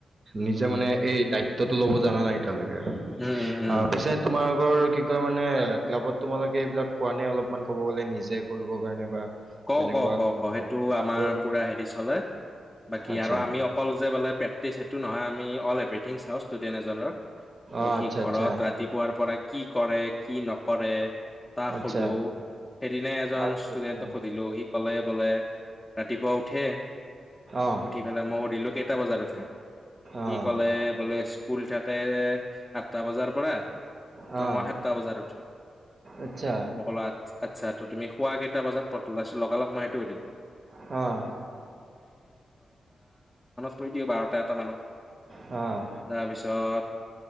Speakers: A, on the right; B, on the left.
A: নিজে
B: উম
A: মানে এই দায়িত্বটো লব জানা নাই এতিয়ালৈকে
B: উম উম উম
A: আহ পিছে তোমাৰ। তোমাৰ আগৰ কি কয় মানে ক্লাবত তোমালোকে এইবিলাক কোৱা নে অলপমান ক'ব গ'লে নিজে কৰিবৰ কাৰণে বা।
B: কও
A: তেনেকুৱা
B: ক ক
A: ল'ৰা
B: ক
A: ছোৱালীক
B: সেইটো আমাৰ
A: আগ্ৰহ দিয়া
B: পুৰা হেৰি চলে বাকি
A: আচ্ছা
B: আৰু আমি অকল যে বোলে। সেইটো নহয় আমি অল এভ্ৰথিং চাওঁ ষ্টুডেণ্ট এজনৰ ত'
A: অঁ
B: সি
A: আচ্ছা
B: ঘৰত
A: আচ্ছা
B: ৰাতিপুৱাৰ পৰা। কি কৰে কি নকৰে তাক
A: আচ্ছা
B: সুধো সেইদিনা এজন
A: আচ্ছা
B: ষ্টুডেন্ট।
A: আচ্ছা
B: সুধিলো সি কলে বোলে ৰাতিপুৱা উঠে।
A: অঁ
B: উঠি পেলাই মই সুধিলো কেইটা বজাত আ সি
A: অঁ
B: ক'লে বোলে স্কুল থাকে আঠটা বজাৰ পৰা।
A: অ',
B: ত মই সাতটা বজাত উঠো
A: আচ্ছা,
B: মই ক'লো আচ্ছা ত তুমি শোৱা কেইটা বজাত ব মত
A: অ',
B: পৰি দিব বাৰটা এটা মানত
A: অ',
B: তাৰপিছত